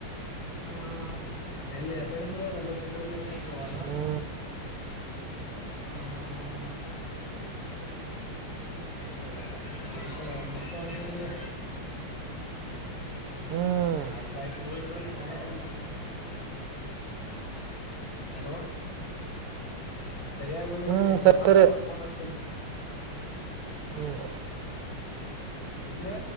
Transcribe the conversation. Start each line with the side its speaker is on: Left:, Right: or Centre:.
Left: ಹಾ ಹಾಂ ಎಲ್ಲಿ ಯ ಕಡೆಂದರು ಅದ ಅಲ್ಲ ಚಿತ್ರದುರ್ಗಂದರು ಅದ
Right: ಹ್ಞೂ
Left: ಹಾ ಹಾ ಹಾ ಹ ಬರ್ಸ ಬರ್ಸ ಒಂಟ ಬುಡೆ
Right: ಹ್ಮ
Left: ಆಯ್ತ ಆಯ್ತು ಹೋಗಿದ್ ಬರ್ರಿ ಬರಿ ಚ ಹಲೋ ಸರಿಯಾಗಿ ಹೋಗ್
Right: ಹ್ಞೂ
Left: ಬನ್ನಿವು
Right: ಸರಿ
Left: ನಮ್ಮ ಮಾ
Right: ಸರಿ
Left: ವಾಪಸ್ ಪೂನ್ ಹಿಸತೀನಿ
Right: ಹ್ಮ್
Left: ಇದ್ರೆ